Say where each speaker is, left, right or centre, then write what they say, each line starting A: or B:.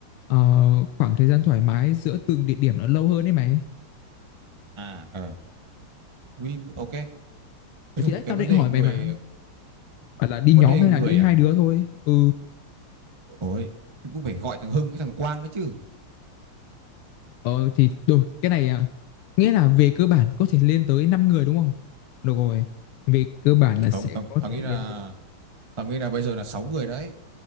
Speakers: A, on the left (about 85°); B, on the right (about 25°).
A: ờ, khoảng thời gian thoải mái giữa từng địa điểm nó lâu hơn đấy mày
B: à ờ Ui, ok Thế rồi
A: thì đấy
B: cái
A: tao
B: vấn
A: định
B: đề
A: hỏi
B: người
A: mày mà phải là đi nhóm
B: vấn đề
A: hay
B: người
A: là đi hai
B: à
A: đứa thôi ừ
B: ôi chứ cũng phải gọi thằng Hưng với thằng Quang đấy chứ
A: ờ thì rồi cái này à, nghĩa là về cơ bản có thể lên tới 5 người đúng không được rồi về cơ bản là sẽ
B: không tao
A: có
B: tao
A: thể
B: nghĩ
A: lên
B: là
A: tới
B: tao nghĩ là bây giờ là sáu người đấy